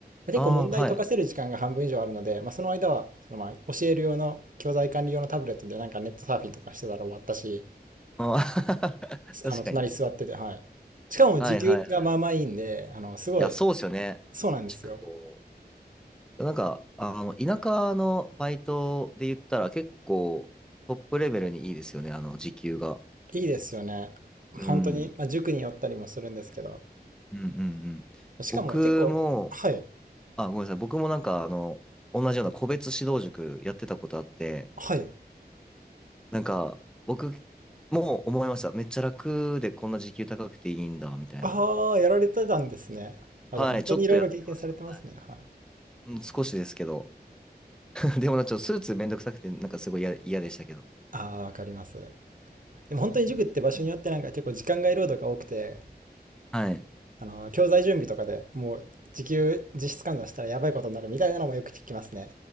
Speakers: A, on the right (about 55°); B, in the centre.
A: 結構問題解かせる時間が半分以上あるので、
B: ああ、はい。
A: まあ、その間は、そのまあ、教える用の、教材管理用のタブレットでなんかネットサーフィンとかしてたら終わったし、
B: あー
A: すあの、
B: <laughs> 確かに。
A: 隣座ってて、はい。しかも時給がまあまあいいんで、
B: はいはいはい。
A: あの、すごい、
B: いや、そうですよね。
A: そうなんですよ。
B: 塾講。なんか、あの、田舎のバイトで言ったら結構トップレベルにいいですよね。あの、時給が。
A: いいですよね。
B: うん。
A: 本当に、まあ、塾に寄ったりもするんですけど、
B: うんうんうん。
A: しかも結構、
B: 僕も、
A: はい、
B: あ、ごめんなさい。僕もなんか、あの、同じような個別指導塾やってたことあって、
A: はい。
B: なんか、僕も思いました。めっちゃ楽でこんな時給高くていいんだ、みたいな。
A: ああ、やられてたんですね。あ、
B: はい、
A: じゃあ本当にいろいろ経験されてますね。
B: ちょっとやってました。はい。
A: はい。
B: うん、少しですけど。<laughs> でもなんかちょっとスーツめんどくさくて、なんかすごい嫌、嫌でしたけど。
A: ああ、わかります。でも本当に塾って場所によってなんか結構時間外労働が多くて、
B: はい。
A: あの、教材準備とかでもう時給実質換算したらやばいことになるみたいなのもよく聞きますね。